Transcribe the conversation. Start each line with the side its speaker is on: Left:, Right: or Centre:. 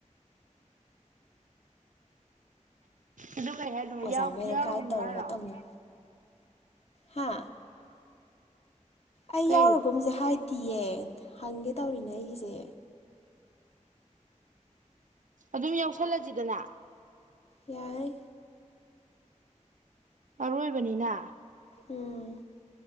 Right: ꯑꯗꯨ ꯀꯩ ꯍꯥꯏꯅꯣ
Left: ꯑꯣꯖꯥꯈꯩꯅ
Right: ꯌꯥꯎꯔꯒꯨꯝꯁꯦ
Left: ꯒꯥꯏꯠ ꯇꯧꯔꯒ
Right: ꯍꯥꯏꯔꯣ
Left: ꯇꯧꯅꯤ ꯍꯥ ꯑꯩ
Right: ꯀꯩ
Left: ꯌꯥꯎꯔꯒꯨꯝꯁꯦ ꯍꯥꯏ ꯇꯤꯌꯦ ꯍꯪꯒꯦ ꯇꯧꯔꯤꯅꯦ ꯑꯩꯒꯤꯁꯦ
Right: ꯑꯗꯨꯝ ꯌꯥꯎꯁꯜꯂꯁꯤꯗꯅ
Left: ꯌꯥꯏ
Right: ꯑꯔꯣꯏꯕꯅꯤꯅ
Left: ꯎꯝ